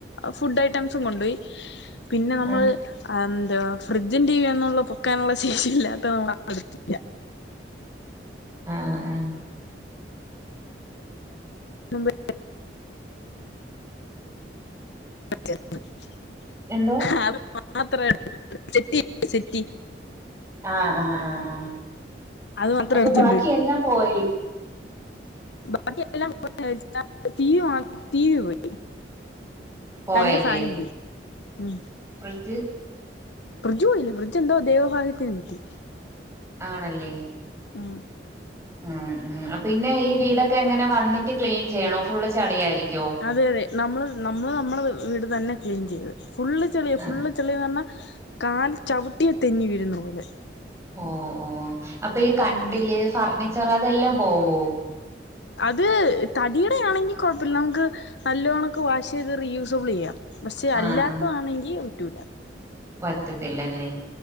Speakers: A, on the left; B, on the right.
A: ഫുഡ് ഐറ്റംസും കൊണ്ടുപോയി പിന്നെ നമ്മള്
B: ആഹ്
A: എന്താ ഫ്രിഡ്ജും ടി വി ഒന്നള്ള പൊക്കാനുള്ള ശേഷി ഇല്ലാത്ത നമ്മൾ എടുത്തില്ല
B: ആഹ് ആഹ്
A: <unintelligible> <unintelligible> <unintelligible>
B: എന്തോ
A: <unintelligible> സെറ്റി
B: ആഹ ആഹ് ആഹ് ആഹ
A: അത് മാത്രം
B: അപ്പൊ
A: എടുത്തോണ്ട്
B: ബാക്കി
A: പോയി
B: എല്ലാം പോയില്ല
A: ബാക്കി എല്ലാം പോയി ടീവി ടീവി പോയി
B: പോയല്ലേ
A: രണ്ട് ഫാനും പോയി ഉം
B: ഫ്രിഡ്ജ്
A: ഫ്രിജ് പോയില്ല ഫ്രിഡ്ജ് എന്ത ദൈവ ഭാഗ്യത്തിന് കിട്ടി
B: ആണല്ലേ
A: ഉം
B: ഉം ഉം പിന്നെ ഈ വീടൊക്കെ എങ്ങനെ വന്നിട്ട് ക്ലീൻ ചെയ്യണോ ഫുള്ള് ചെളിയ ആയിരിക്കോ
A: അതെ അതെ നമ്മൾ നമ്മള് നമ്മൾ വീട് തന്നെ ക്ലീൻ ചെയ്ത് ഫുള്ള് ചെളിയ
B: ആ
A: ഫുള്ള് ചെളിയന്ന് പറഞ്ഞാ കാല് ചവിട്ടിയ തെന്നി വീഴുന്ന പോലെ
B: ഓ ഓ അപ്പൊ ഈ കട്ടില്
A: ഉം
B: ഫർണിച്ചർ അതെല്ലാം പോവോ
A: അത് തടിയുടെയാണെങ്കി കൊഴപ്പമില്ല നമുക്ക് നല്ലവണ്ണക്ക് വാഷ് ചെയ്ത് റീയൂസബിൾ ചെയ്യാം പക്ഷെ
B: ആഹ്
A: അല്ലാത്ത
B: ആഹ്
A: ആണെങ്കിൽ പറ്റൂല്ല
B: പറ്റത്തില്ലല്ലേ